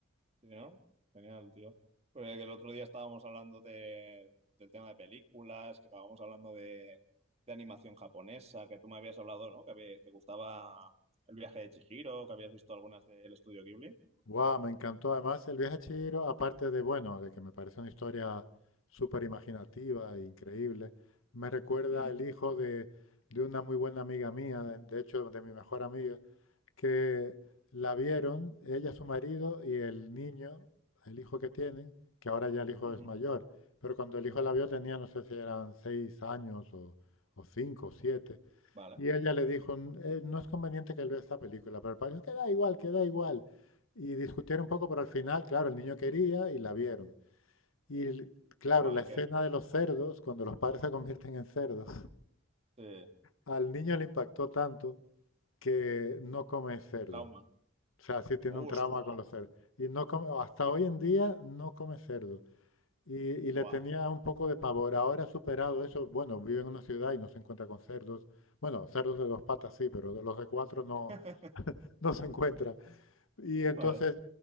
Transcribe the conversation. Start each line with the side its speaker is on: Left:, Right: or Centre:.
Right: Sí, ¿no? Genial, tío. Porque el otro día estábamos hablando de, del tema de películas, que acabamos hablando de, de animación japonesa, que tú me habías hablado, ¿no? Que había- te gustaba El viaje de Chihiro, que habías visto algunas del estudio Ghibli.
Left: Guau, me encantó además el viaje a Chihiro, aparte de, bueno, de que me parece una historia súper imaginativa e increíble, me recuerda
Right: Ujú,
Left: el hijo de, de una muy buena amiga mía, de de hecho de mi mejor amiga, que la vieron, ella, su marido y el niño, el hijo que tienen, que ahora ya el hijo
Right: ujú.
Left: es mayor, pero cuando el hijo la vio tenía, no sé si eran seis años o, o cinco o siete,
Right: Vale.
Left: y ella le dijo, eh, no es conveniente que él vea esta película, pero el padre dijo, que da igual, que da igual. Y discutieron un poco, pero al final, claro, el niño quería y la vieron. Y claro,
Right: Buah,
Left: la
Right: ¿y
Left: escena
Right: qué?
Left: de los cerdos, cuando los padres se convierten en cerdos,
Right: Sí.
Left: al niño le impactó tanto que no come cerdo.
Right: Trauma.
Left: O sea, sí tiene un trauma
Right: ¡Ostras!
Left: con los cerdos. Y no come- hasta
Right: Dios.
Left: hoy en día no come cerdo. Y, y
Right: Buah.
Left: le tenía un poco de pavor. Ahora ha superado eso. Bueno, vive en una ciudad y no se encuentra con cerdos. Bueno, cerdos de dos patas sí, pero de los de cuatro no,
Right: <laughs>
Left: no se encuentra. Y entonces,
Right: Vale.